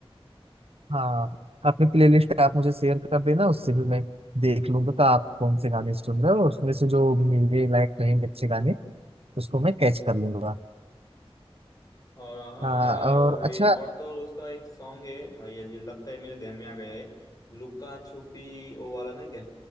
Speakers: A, on the right; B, on the left.
A: हाँ अपनी प्लेलिस्ट आप मुझे शेयर कर देना उससे भी मैं देख लूंगा कि आप कौन से गाने सुन रहे हो उसमें से जो मेरे लायक रहेंगे अच्छे गाने उसको मैं कैच कर लूंगा
B: और हाँ
A: हाँ,
B: यार
A: और
B: वो भी
A: अच्छा
B: और तो और उसका एक सॉन्ग है हाँ ये ये लगता है मेरे ध्यान में आ गया है लुक्का छुपी वो वाला नहीं क्या